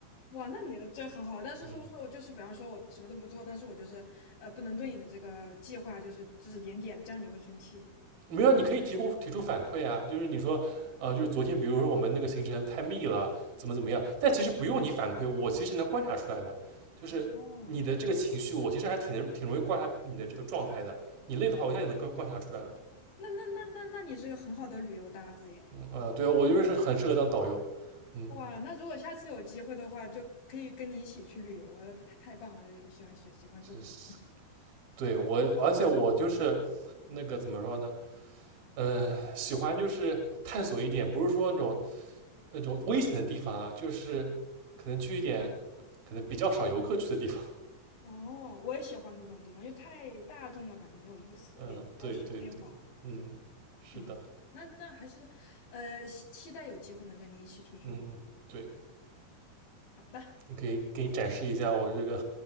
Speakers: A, on the left; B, on the right.
A: 哇，那你的这很好，但是是不是我就是比方说我什么都不做，
B: 嗯
A: 但是我就是呃不能对你的这个计划就是指指点点，这样你会生气。
B: 没有，你可以提供提出反馈啊，就是你说，呃，就是昨天，比如说我们那个行程太密了，怎么怎么样，但其实不用你反馈，我其实能观察出来的，就是你的这个情绪，
A: 哦，
B: 我其实还挺能挺容易观察你的这个状态的。你累的话，我一下也能观观察出来了。
A: 那那那那那你是个很好的旅游搭子耶。
B: 啊，对啊，我就是很适合当导游，嗯，
A: 哇，那如果下次有机会的话，就可以跟你一起去旅游了，太太太棒了，喜欢喜喜欢做攻略。
B: 是，是对我，而且我就是那个怎么说呢，嗯、喜欢就是探索一点，不是说那种那种危险的地方啊，就是可能去一点可能比较少游客去的地方，
A: 哦，我也喜欢那种地方，因为太大众了，感觉没有意思，
B: <laughs> 嗯，
A: 也比较商业化。
B: 对对对，嗯，是的，
A: 嗯，那但还是，呃，期期待有机会能跟你一起出去旅行。
B: 嗯，对。
A: 好的，
B: 你可以给你展示一下我这个，